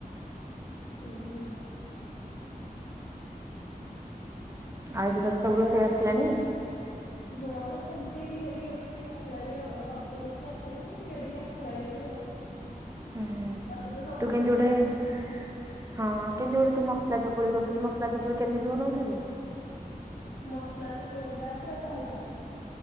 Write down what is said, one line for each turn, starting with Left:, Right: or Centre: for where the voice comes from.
Left: ହୁଁ।
Right: ଆଉ ଏବେ ତତେ ସବୁ
Left: ତା
Right: ରୋଷେଇ
Left: ୱାଚ।
Right: ଆସିଲାଣି
Left: ହଁ ସେମିତି ଟିକେ ଟିକେ ରୋଷେଇ ଆସିଲାଣି ଆଉ ସବୁ କିଛି ଆସେନି ଟିକେ ଟିକେ ଆସିଲାଣି ଏବେ ଆଉ।
Right: ହୁଁ
Left: ତତେ ତ ସବୁ
Right: ତୁ
Left: ରୋଷେଇ
Right: କେମିତି
Left: ଆସିଲାଣି?
Right: ଗୋଟେ। ହଁ କେମିତି ଗୋଟେ ତୁ ମସଲା ଚକୁଳି କରିଥିଲୁ ମସଲା ଚକୁଳି କେମିତି ବନଉଥିଲୁ?
Left: ମସଲା ଚକୁଳି ଟା ପୁରା ସହଜ।